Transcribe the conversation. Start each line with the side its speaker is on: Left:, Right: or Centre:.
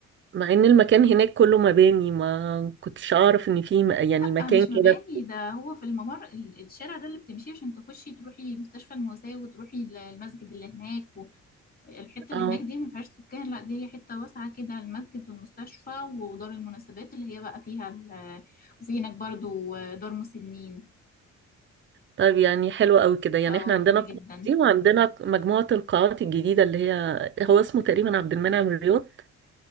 Right: مع ان المكان هناك كله مباني ما كنتش اعرف ان في م- يعني مكان
Left: آه مش
Right: كده
Left: مباني ده هو في الممر ال- الشارع ده اللي بتمشيه عشان تخشي تروحي مستشفى المواساة وتروحي ل- المسجد اللي هناك والحتة اللي
Right: اه
Left: هناك دي ما فيهاش سكان لا دي هي حتة واسعة كده المسجد والمستشفى ودار المناسبات اللي هي بقى فيها ال... وفي هناك برضو آه، دار مسنين
Right: طيب يعني حلو قوي كده يعني
Left: اه
Right: احنا عندنا
Left: جميلة
Right: القاعه
Left: جدا
Right: دي وعندنا مجموعه القاعات الجديده اللي هي هو اسمه تقريبا عبد المنعم الرياض